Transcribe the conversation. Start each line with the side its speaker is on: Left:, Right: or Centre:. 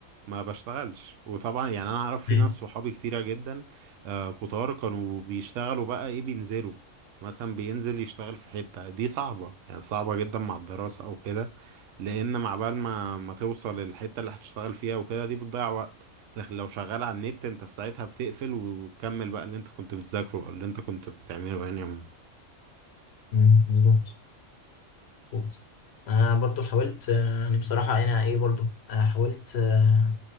Right: ما بشتغلش وطبعا يعني انا اعرف في
Left: ايه
Right: ناس صحابي كتيرة جدا آه كتار كانوا بيشتغلوا بقى ايه بينزلوا مثلا بينزل يشتغل في حتة دي صعبة يعني صعبة جدا مع الدراسة او كده لان مع بال ما ما توصل الحتة اللي هتشتغل فيها وكده دي بتضيع وقت لكن لو شغال على النت انت في ساعتها بتقفل وتكمل بقى اللي انت كنت بتذاكره أو اللي انت كنت بتعمله يعني عموما
Left: مم. مظبوط مظبوط انا برضو حاولت آه، يعني بصراحه انا ايه برضو آه، حاولت آه،